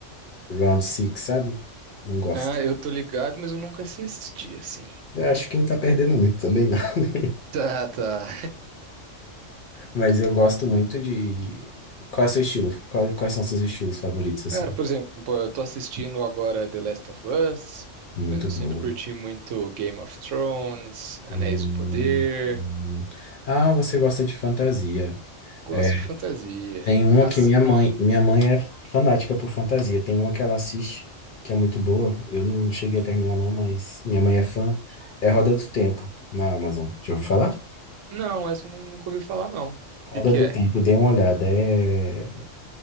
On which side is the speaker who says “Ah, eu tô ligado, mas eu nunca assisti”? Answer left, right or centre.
Right